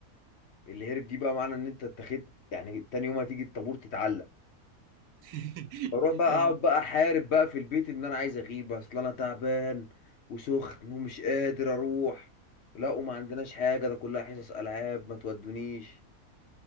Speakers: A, on the left; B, on the right.
A: اللي هرب دي بقى معنى ان انت اتخذت يعني تاني يوم هتيجي الطابور تتعلق
B: <laughs>
A: بروح بقى
B: يا
A: اقعد
B: نهار
A: بقى احارب بقى في البيت ان انا عايز اغيب اصل انا تعبان وسخن ومش قادر اروح لا وما عندناش حاجه ده كلها حصص العاب ما تودونيش